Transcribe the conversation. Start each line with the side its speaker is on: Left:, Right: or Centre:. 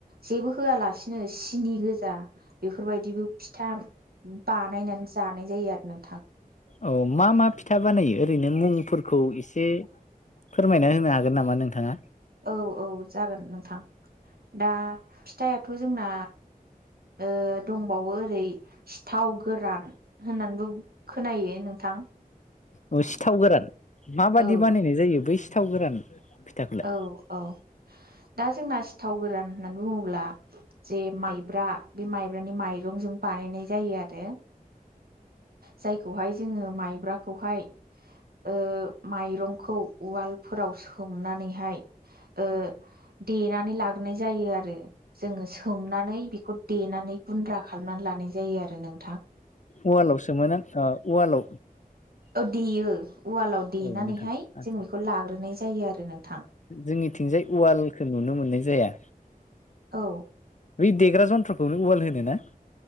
Right: जेबो होआलासिनो सिनि गोजा बेफोरबायदि बो फिथा बानायनानै जानाय जायो आरो नों
Left: औ मा मा फिथा बानायो ओरैनो मुंफोरखौ एसे फोरमायना होनो हागोन नामा नोंथाङा?
Right: औ औ जागोन नोंथां दा फिथायाथ' जोंना ओ दंबावो ओरै सिथाव गोरान होन्नानबो खोनायो नोंथां।
Left: ओ सिथाव गोरान माबादि
Right: औ
Left: बानायनाय जायो बै सिथाव गोरान फिथाखौलाय
Right: औ औ। दा जोंना सिथाव गोरान होन्नान बुङोब्ला जे मायब्रा बे मायब्रानि मायरंजों बा बानायनाय जायो आरो जायखौहाय जोंओ मायब्राखौहाय ओ मायरंखौ उवालफोराव सोम उन्नानैहाय ओ देनानै लागोरनाय जायो आरो जोंओ सोमना नै बेखौ देनानै गुन्द्रा खालामनानै लानाय जायो आरो नों
Left: उवालावसोमोन आं आ उवालाव
Right: ओ देयो उवालाव देनानैहाय
Left: औ नोंथां आदसा
Right: जों बेखौ लाग्रोनाय जायो आरो नोंथां।
Left: जोंनिथिंजाय उवालखौ नुनो मोन्नाय जाया।
Right: औ
Left: बै देग्रा जन्थ्रखौनो उवाल होनो ना?